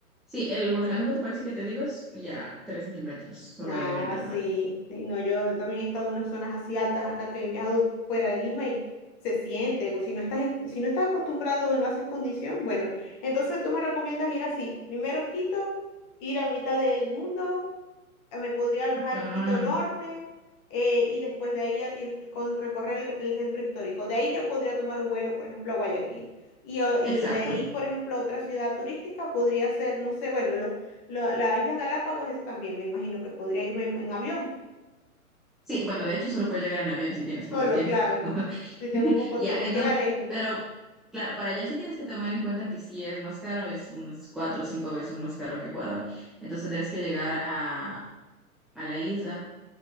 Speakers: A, in the centre; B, on the left.
A: Sí, el volcán de Cotopaxi que te digo es ya 3000 metros sobre
B: Ah,
A: el nivel del mar.
B: sí, sí, no, yo también he estado en unas zonas así altas acá que he viajado fuera de Lima y se siente, o si no estás, en- si no estás acostumbrado o no haces condición, bueno, entonces tú me recomiendas ir así, primero Quito, ir a mitad del mundo me podría alojar
A: Acá,
B: en Quito Norte eh, y después de ahí a- ir con- recorrer el, el centro histórico. De ahí yo podría tomar un vuelo, por ejemplo, a Guayaquil. Y, o- y
A: exacto.
B: de ahí, por ejemplo, otra ciudad turística podría ser, no sé, bueno, lo, lo- las Islas Galápagos, esa también me imagino que podría irme en, en avión,
A: Sí, bueno, de hecho solo puedes llegar en avión si tienes poco
B: solo,
A: tiempo.
B: claro,
A: <laughs>
B: si tengo poco
A: Ya,
B: tiempo, que
A: entonces,
B: llega lejos,
A: pero claro, para allá sí tienes que tomar en cuenta que sí es más caro, es unas cuatro o cinco veces más caro que Ecuador. Entonces tendrás que llegar a, a la isla.